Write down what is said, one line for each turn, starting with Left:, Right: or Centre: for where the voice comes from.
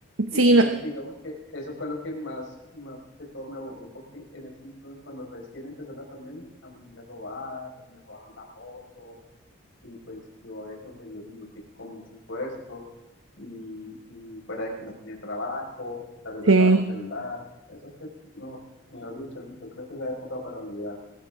Right: Sí,
Left: Y pues
Right: no.
Left: digamos que eso fue lo que más, más que todo me aburrió, porque en ese entonces, cuando recién empezó la pandemia, a mí me robaron, me robaron la moto, y pues yo había conseguido mi motico con mucho esfuerzo, y, y fuera de que no tenía trabajo, también
Right: Sí.
Left: me robaron el celular, eso que no, mejor dicho, yo creo que esa época para olvidar